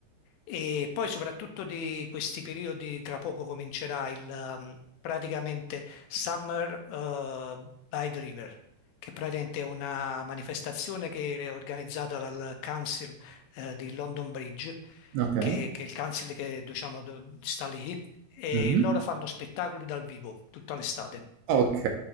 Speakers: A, on the left; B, on the right.
A: E poi soprattutto di questi periodi, tra poco comincerà il ehm, praticamente Summer eh, by the River, che praticamente è una manifestazione che è organizzata dal Council eh, di London Bridge,
B: ok.
A: che, che è il council che diciamo do- sta lì, e
B: Mhm.
A: loro fanno spettacoli dal vivo tutta l'estate.
B: Ok,